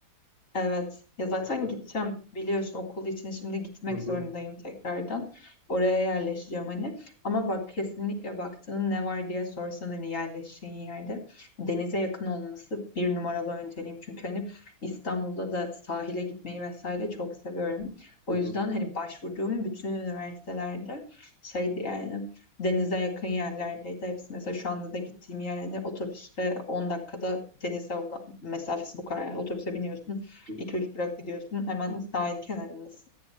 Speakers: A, on the left (about 35°); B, on the right (about 30°).
A: Evet. Ya zaten
B: Ya ben-
A: gideceğim biliyorsun okul için şimdi gitmek
B: Hı hı,
A: zorundayım tekrardan. Oraya yerleşeceğim hani. Ama bak kesinlikle baktığın ne var diye sorsan hani yerleşeceğin yerde denize yakın olması bir numaralı önceliğim. Çünkü hani İstanbul'da da sahile gitmeyi vesaire çok seviyorum.
B: hı
A: O
B: hı,
A: yüzden hani başvurduğum bütün üniversitelerde şeydi yani denize yakın yerlerdeydi hepsi. Mesela şu anda da gittiğim yer hani otobüste 10 dakikada denize olan mesafesi bu kadar. Yani otobüse biniyorsun.
B: hı.
A: 2 üç durak gidiyorsun. Hemen sahil kenarındasın.